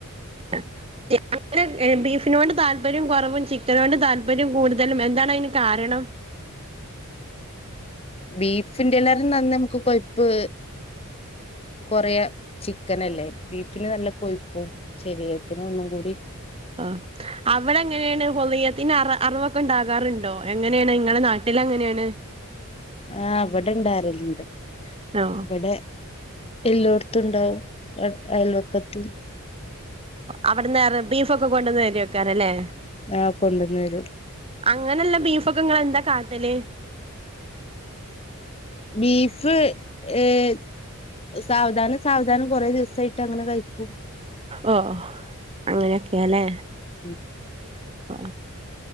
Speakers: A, on the right; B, on the left.
A: <inaudible> അല്ല ബീഫിനോണ്ട് താല്പര്യം കുറവും ചിക്കനോണ്ട് താല്പര്യം കൂടുതലും എന്താണ് അതിന് കാരണം
B: ബീഫിന്റെല്ലാറെ നന്ന നമുക്ക് കൊഴപ്പ് കൊറിയ ചിക്കനല്ലേ ബീഫിന് നല്ല കൊഴുപ്പും ശരീരത്തിന് ഒന്നും കൂടി
A: ആഹ് അവടെ എങ്ങനെയാണ് ഹൊളിയത്തിന്റെ അറവൊക്കെ ഉണ്ടാകാറുണ്ടോ എങ്ങനെയാണ് ഇങ്ങളെ നാട്ടിൽ എങ്ങനെയാണ്
B: ആഹ് വിടെ ഇണ്ടാകല്ണ്ട്
A: ഓ
B: ഇവിടെ എല്ലോടത്തും ഉണ്ടാവും അയൽവക്കത്തും
A: അവിടെന്ന് ബീഫ ഒക്കെ കൊണ്ടുന്ന് കരി വക്കാറല്ലേ
B: ആ കൊണ്ടൊന്നരും
A: അങ്ങനെള്ള ബീഫൊക്കങ്ങളെ ന്താ കാട്ടല്
B: ബീഫ് ഏഹ സാവധാനം സാവധാനം കുറേ ദിവസായിട്ട് അങ്ങനെ കഴിക്കും
A: ഓ അങ്ങനൊക്കെയാല്ലേ
B: ഉം
A: ആ